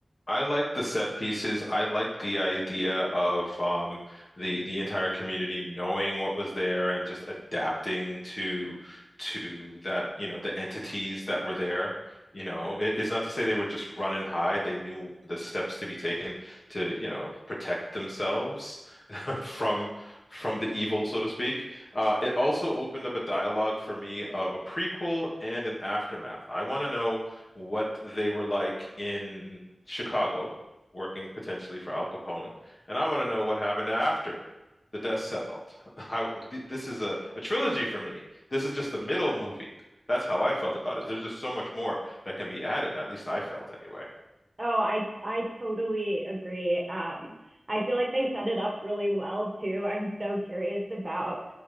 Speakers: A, on the left; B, on the right.
A: I like the set pieces. I like the idea of um, the the entire community knowing what was there and just adapting to to that, you know, the entities that were there. You know, it, it's not to say they would just run and hide. They knew the steps to be taken to, you know, protect themselves. <laughs> from from the evil, so to speak. Uh, it also opened up a dialogue for me of a prequel and an aftermath. I want to know what they were like in Chicago, working potentially for Al Capone, and I want to know what happened after the dust settled. <laughs> I, th- this is a, a trilogy for me. This is just the middle movie. That's how I felt about it. There's just so much more that can be added. At least I felt anyway.
B: Oh, I I totally agree. Um, I feel like they set it up really well too. I'm so curious about